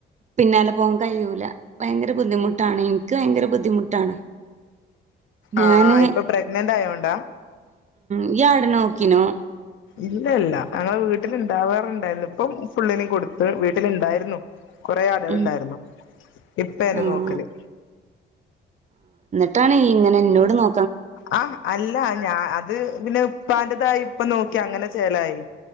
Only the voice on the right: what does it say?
പിന്നാലെ പോകാൻ കഴിയൂല ഭയങ്കര ബുദ്ധിമുട്ടാണ് എനിക്ക് ഭയങ്കര ബുദ്ധിമുട്ടാണ് ഞാന്
ഇയ്യ് ആടിനെ നോക്കിനോ
ഉം
ആഹ്
ട്ടാണ് ഈ ഇങ്ങനെ എന്നോട് നോ